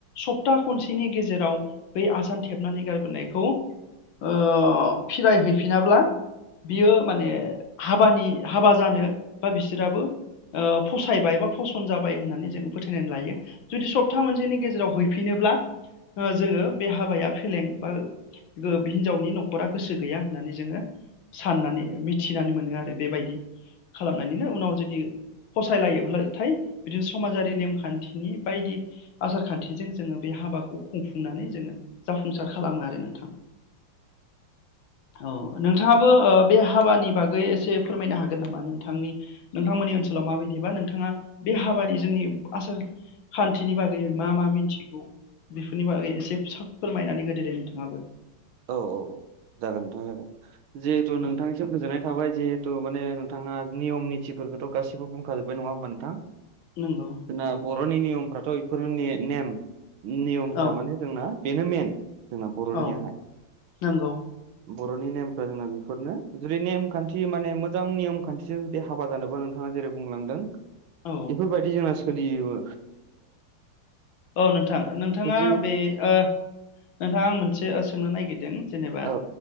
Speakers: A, on the left; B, on the right.
A: सप्ता खनसेनि गेजेराव बै आसान थेबनानै गारबोनायखौ ओ फिराय हैफिनाब्ला बियो माने हाबानि हाबा जानो बा बिसोराबो फसायबाय एबा फसन जाबाय होननानै जोंङो फोथायनानै लायो जुदि सप्ता मोनसेनि गेजेराव हैफिनो। ब्ला जोङो बे हाबाया फेलें बा हिनजावनि नखरा गोसो गैया होननानै जोङो साननानै मिथिनानै मोनो आरो बेबायदि खालामनानैनो उनाव जुदि फसायलायोब्लाथाय बिदिनो समाजारि नेमखान्थिनि बायदि आसार खान्थिजों जोङो बे हाबाखौ खुंफुंनानै जोङो जाफुंसार खालामो आरो नोंथां। औ नोंथाङाबो बे हाबानि बागै एसे फोरमायनो हागोन नामा नोंथांनि नोंथांमोननि ओनसोलाव माबायदिबा नोंथाङा बे हाबानि जोंनि आसार खान्थिनि बागै मा मा मिन्थिगौ बेफोरनि बागै एसे फोरमायनानै होदो दे नोंथाङाबो
B: औ औ। जागोन नोंथां जागोन जिहेथु
A: औ
B: नोंथांनिसिम गोजोननाय थाबाय जिहेथु माने नोंथाङा नियम निथिफोर बेखौथ गासिबो बुंखाजोब नङा होमबा नोंथां।
A: नंगौ।
B: जोंना बरनि नियमफ्राथ बेफोरनि नेम नियमफ्रा
A: औ
B: माने जोंना बेनो मेन जोंना बरनियाहाय
A: औ नंगौ।
B: बरनि नेमफ्रा जोंना बेफोरनो जुदि नेम खान्थि माने मोजां नेयम खान्थिजों जुदि हाबा जानोबा नोंथाङा जेरै बुंलांदों
A: औ
B: बेफोरबायदि जोंना सोलियोबो
A: औ नोंथां नोंथाङा
B: जि
A: बे नोंथाङा ओ आं मोनसे सोंनो नागिरदों जेनेबा
B: औ